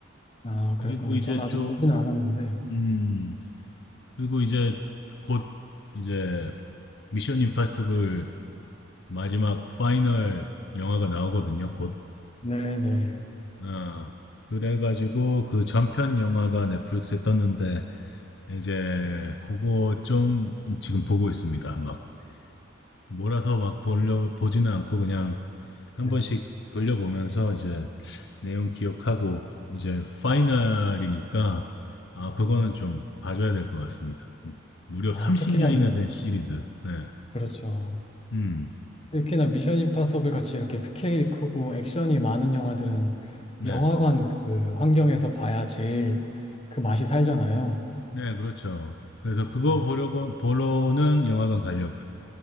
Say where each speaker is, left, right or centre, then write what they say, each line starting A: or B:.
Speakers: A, on the left (about 30°); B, on the left (about 60°).
A: 아,
B: 그리고
A: 그랬군요.
B: 이제
A: 저는 아직
B: 좀,
A: 보지는 않았는데.
B: 음, 그리고 이제 곧 이제 미션 임파서블 마지막 파이널 영화가 나오거든요. 곧.
A: 네네. 네.
B: 어, 그래가지고 그 전편 영화가 넷플릭스에 떴는데 이제 그거 좀 지금 보고 있습니다. 막 몰아서 막 돌려 보지는 않고 그냥 한
A: 네,
B: 번씩
A: 네.
B: 돌려보면서 이제 내용 기억하고 이제 파이널이니까 아 그거는
A: 음.
B: 좀 봐줘야 될 것 같습니다. 음, 무려
A: 아,
B: 30년이나
A: 특히나, 미-
B: 된 시리즈. 네.
A: 그렇죠.
B: 음.
A: 특히나 미션 임파서블 같이 이렇게 스케일이 크고 액션이 많은 영화들은
B: 네.
A: 영화관 그 환경에서 봐야 제일 그 맛이 살잖아요.
B: 네, 그렇죠. 그래서 그거
A: 네.
B: 보려고, 보러는 영화관 가려고요.